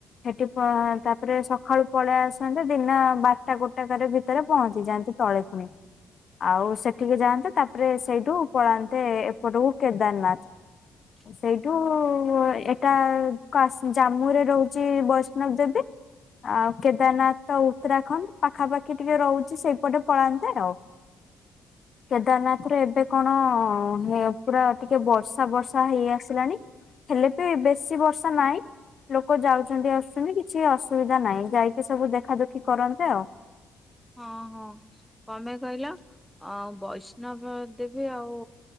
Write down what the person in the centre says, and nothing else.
<inaudible>
<inaudible>
ହଁ ହଁ କଣ ପାଇଁ କହିଲ ଆଉ ବୈଷ୍ଣବ ଦେବୀ ଆଉ